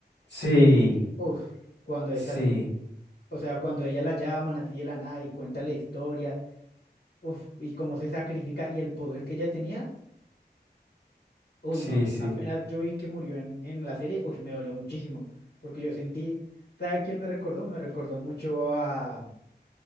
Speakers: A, on the left; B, on the left.
A: Sí,
B: Uf, cuando esa
A: sí,
B: tip, o sea, cuando ella la llaman así de la nada y cuentan la historia Uf, y cómo se sacrifica y el poder que ella tenía, uy,
A: sí,
B: no,
A: sí.
B: apenas yo vi que murió en, en la serie, uy, me dolió muchísimo, porque yo sentí, ¿sabe a quién me recordó? Me recordó mucho a,